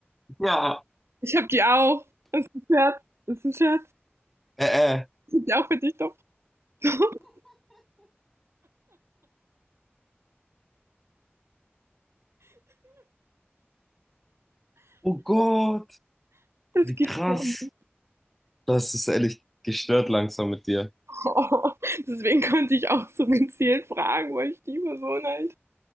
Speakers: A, in the centre; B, on the right.
A: Ja.
B: Ich habe die auch. Scherz. Das ist ein Scherz.
A: Äh, äh.
B: Ich hab die auch für dich doch. <laughs>
A: Oh Gott,
B: Das
A: wie
B: gibt's
A: krass.
B: doch nicht.
A: Das ist ehrlich gestört langsam mit dir.
B: Oh, <laughs> deswegen konnte ich auch so gezielt fragen, wo ich die Person eigentlich